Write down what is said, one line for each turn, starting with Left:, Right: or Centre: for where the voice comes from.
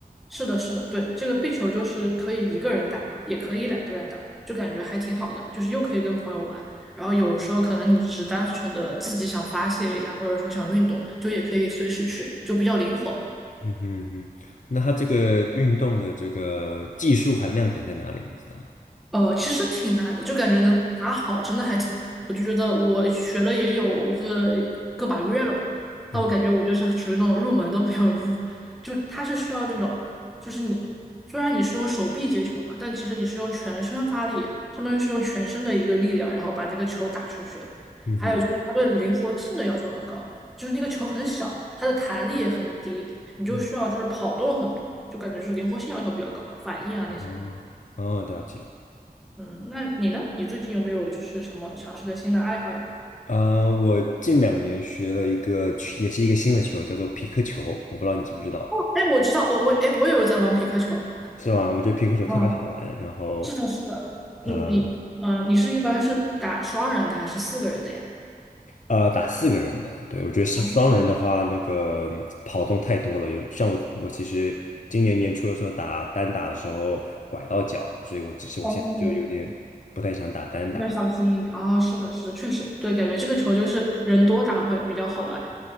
Centre: 是的，是的，对，这个壁球就是可以一个人打，也可以两个人打，就感觉还挺好的，就是又可以跟朋友玩，然后有时候可能你只是单纯的自己想发泄一下，或者说想运动，就也可以随时去，就比较灵活。
Left: 嗯哼嗯哼，那他这个运动的这个技术含量点在哪里，你知道吗？
Centre: 呃，其实挺难的，就感觉能打好真的还挺难的。我就觉得我学了也有个个把月了吧，但我感觉我就是属于那种入门都没有入，
Left: 嗯哼
Centre: 就是它是需要那种，就是你虽然你是用手臂接球嘛，但其实你是用全身发力，相当于是用全身的一个力量，然后把那个球打出去。
Left: 嗯哼，
Centre: 还有就是它对灵活性的要求很高，就是那个球很小，它的弹力也很低，你就需要就是跑动很多，
Left: 嗯
Centre: 就感觉是灵活性要求比较高吧，反应啊那些。
Left: 哦哦，了解。
Centre: 嗯，那你呢？你最近有没有就是什么尝试的新的爱好呀？
Left: 呃，我近两年学了一个球也是一个新的球，叫做皮克球，我不知道你知不知道，
Centre: 哎，我知道，我我哎，我也有在玩皮克球。
Left: 是吧？我觉得皮克球特别好玩，
Centre: 嗯，
Left: 然后。
Centre: 是的，是的。
Left: 呃。
Centre: 你你嗯，你是一般是打双人的还是四个人的呀？
Left: 呃，打四个人的，对，我觉得是双人的话，
Centre: 啊，
Left: 那个跑动太多了。有像我，我其实今年年初的时候打单打的时候拐到脚了，所以我只是我现在就有点不太想打单打。
Centre: 哦，应该小心一点。哦，是的，是的，确实，对，感觉这个球就是人多打会比较好玩，